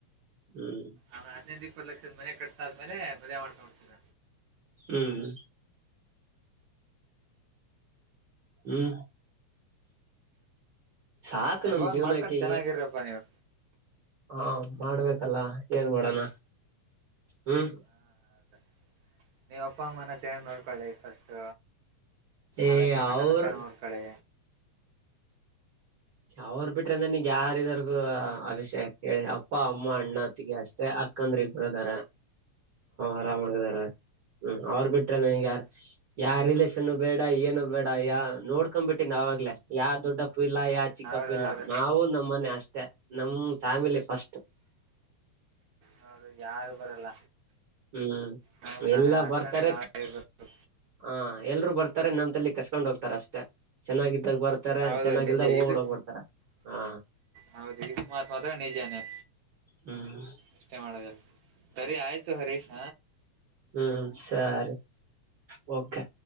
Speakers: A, on the right; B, on the right.
A: ಹ್ಮ್
B: ಆಮೇಲೆ ಹನ್ನೊಂದ್ ಇಪ್ಪತ್ತು ಲಕ್ಷದ ಮನೆ ಕಟ್ಸಾದ್ಮೇಲೆ ವದೆ ಮಾಡ್ಕೊೊಂಡತೀರ
A: ಹ್ಮ್ ಹ್ಮ್ ಸಾಕು
B: ಹೆಂಗ
A: ನಮ್
B: ಒಂದ್
A: ಜೀವನಕ್ಕೆ
B: ಮಾಡ್ಕೊಂಡ್ ಚೆನ್ನಾಗಿರಪ್ಪಾ ನೀವು
A: ಹಾ ಮಾಡ್ಬೇಕಲ್ಲ ಏನ್ ಮಾಡೋಣ ಹ್ಮ್
B: ಹಾಂ, ಹೌದಾ. ನೀವು ಅಪ್ಪ ಅಮ್ಮನ ಚೆ್ ನೋಡ್ಕೊಳ್ಳಿ ಫಸ್ಟ್
A: ಏ
B: ಅವೆಲ್ಲಿ ಮಣ್ಣನ
A: ಅವ್ರ
B: ಸಣ ನೋಡ್ಕಳೆ
A: ಅವ್ರ ಬಿಟ್ರನಗ್ ಯಾರ ಇದಾರ್ಗು ಅಭಿಷೇಕ್ ಹೇಳಿ ಅಪ್ಪ ಅಮ್ಮ ಅಣ್ಣತ್ತಗ ಅಷ್ಟೇ ಅಕ್ಕಂದ್ರ ಇಬ್ರದಾರ ಆರಾಮಗದಾರ
B: ಹಾಂ
A: ಹ್ಮ ಅವ್ರ ಬಿಟ್ರೆ ನನ್ಗ
B: ಹಾಂ
A: ಯಾರ್
B: ಹಾಂ,
A: ಯಾರ್ ರಿಲೇಷನ್ ಬೇಡ ಏನು ಬೇಡ ಯ ನೋಡ್ಕೊಂಡ್ ಬಿಟ್ಟೀನ್ ಅವಾಗ್ಲೇ ಯಾರ್ ದೊಡ್ಡಪ್ಪ ಇಲ್ಲ ಚಿಕ್ಕಪ್ಪಿಲ್ಲ
B: ಹೌದು ಹೌದು
A: ನಾವು ನಮ್ಮ ಮನೆ ಅಷ್ಟೇ ನಮ್ ಫ್ಯಾಮಿಲಿ ಫಸ್ಟ್
B: ನೋ್ರ ಯಾರು ಬರಲ್ಲ
A: ಹ್ಮ್
B: ನಮಗ್ ನಾವೇ
A: ಎಲ್ಲ
B: ಹಾಕೊಂಡು
A: ಬರ್ತಾರೆ
B: ನಾವೇ ಇರ್ಬೇಕು
A: ಹಾ ಎಲ್ರು ಬರ್ತಾರೆ ನಮ್ ತಲ್ಲಿ ಕಸ್ಕೊಂಡ್ ಹೋಗ್ತಾರ ಅಷ್ಟೆ ಚೆನ್ನಾಗಿದ್ದಾಗ ಬರ್ತಾರೆ
B: ಹೌದು
A: ಚೆನ್ನಾಗಿಲ್ದಾಗ
B: ನಿಜ ಇದು
A: ಓಡ್ ಹೋಗ್ಬಿಡ್ತಾರ ಹಾ
B: ಹೌದು ಇದು ಮಾತ್ ಮಾತ್ರ ನಿಜಾನೇ
A: ಹ್ಮ್
B: ಇಷ್ಟೇ ಮಾಡದು ಸರಿ ಆಯ್ತು ಹರೀಶ
A: ಹ್ಮ್ ಸರಿ ಓಕೆ